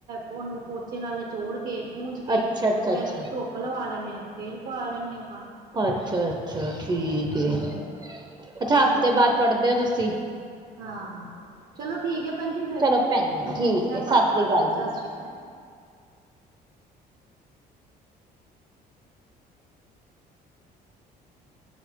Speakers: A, on the right; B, on the right.
A: ਉਹਨੂੰ ਪੋਚੇ ਨਾਲ ਨਿਚੋੜ ਕੇ ਪੂੰਜ ਕੇ
B: ਅੱਛਾ-ਅੱਛਾ-ਅੱਛਾ।
A: ਫੇਰ ਧੁੱ ਲਵਾ ਲੈਂਨੇ ਆ ਫੇਰ ਪਵਾ ਲੈਣੇ ਆ।
B: ਅੱਛਾ-ਅੱਛਾ, ਠੀਕ ਐ।
A: ਹੂੰ
B: ਅੱਛਾ,
A: ਏਦਾਂ
B: ਹਫ਼ਤੇ
A: ਕਰੀਏ
B: ਬਾਅਦ ਕੱਢਦੇ ਹੋ ਤੁਸੀਂ
A: ਹਾਂ, ਚਲੋ ਠੀਕ ਐ ਭੈਣ ਜੀ ਫਿਰ
B: ਚਲੋ ਭੈਣ ਜੀ ਠੀਕ
A: ਮੈਂ
B: ਹੈ, ਸਤਿ
A: ਕੰਮ
B: ਸ੍ਰੀ
A: ਕਰ ਲਾ
B: ਅਕਾਲ ਜੀ,
A: ਸਤਿ ਸ੍ਰੀ ਅਕਾਲ।